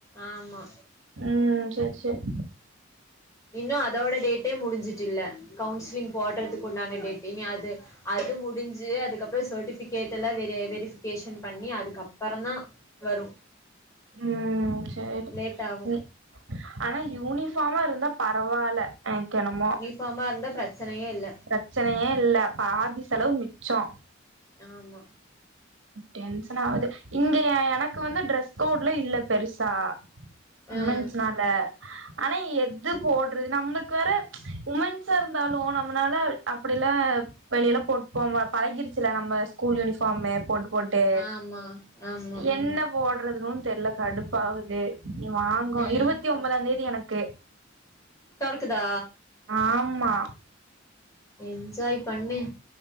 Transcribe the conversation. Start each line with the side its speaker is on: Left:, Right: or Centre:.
Left: ஆமா
Right: ம் செர் செர்
Left: இன்னு அதோட டேட்டே முடிஞ்சுட்டு இல்ல கவுன்சிலிங் போடுறதுக்கு உண்டான டேட்டு இனி அது அது முடிஞ்சு அதுக்கப்பறோ சேர்ட்டிஃபிகேட் எல்லா வெரி வெரிஃபிகேஷன் பண்ணி அதுக்கப்பறந் தா வரு
Right: ம் சேரி
Left: லேட் ஆகு
Right: ம் ஆனா யூனிஃபார்மா இருந்தா பரவால்ல எனக்கென்னமோ
Left: பார்மா இருந்தா பிரச்சனயே இல்ல
Right: பிரச்சனையே இல்ல பாதி செலவு மிச்சோ
Left: ஆமா
Right: டென்சன் ஆகுது இங்க எனக்கு வந்து டிரரெஸ் கோட்ல இல்ல பெருசா உமன்ஸ்னால
Left: ம்
Right: ஆனா எது போட்றது நம்மக்கு வேற உமென்ஸா இருந்தாலு நம்மனால அப்படிலா வெளியலா போட் போம பழகிருச்சுல நம்ம ஸ்கூல் யூனிஃபாமு போட்டு
Left: ஆமா ஆமா
Right: என்னப் போட்றதுன்னு தெர்ல கடுப்பாவுது நீ வாங்கணு
Left: ம்
Right: இருவத்தி ஒம்போதாந்தேதி எனக்கு
Left: தொறக்குதா
Right: ஆம்மா
Left: என்ஜாய் பண்ணு